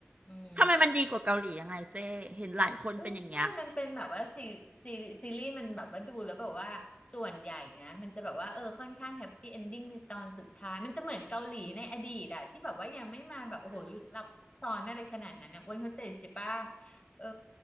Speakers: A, on the left (about 30°); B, on the right (about 35°).
A: อืม
B: ทำไมมันดีกว่าเกาหลียังไงเจ้เห็นหลายคนเป็นอย่างเงี้ย
A: อู้ไม่มันเป็นแบบว่าซีซีซีรีส์มันแบบว่าดูแล้วแบบว่าส่วนใหญ่นะมันจะแบบว่าเออค่อนข้างแฮปปี้เอนดิ้งในตอนสุดท้ายมันจะเหมือนเกาหลีในอดีตอะที่แบบว่ายังไม่มาแบบโอ้โหลึกลับซับซ้อนอะไรขนาดนั้นนะอ้วนเข้าใจใช่ปะเออ